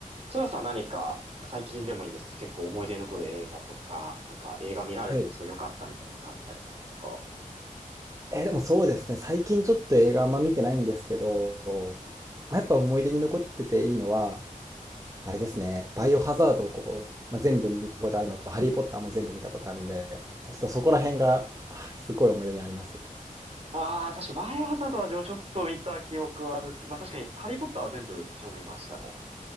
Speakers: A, on the right; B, on the right.
A: ソラさん何か最近でもいいんですけど、結構思い出に残る映画とか、なんか映画見られてそう良かったみたいなのってあったりされますか
B: はい。えーでもそうですね。最近ちょっと映画あんま見てないんですけど、まあやっぱ思い出に残ってていいのは、あれですね。バイオハザードをこう、まあ、全部見たことあるのと、ハリー・ポッターも全部見たことあるんで、ちょっとそこら辺があすごい思い出にあります。
A: ああー、確かバイオハザードは自分ちょっと見た記憶はあるんですけど、まあ確かにハリーポッターは全部自分も見ましたね。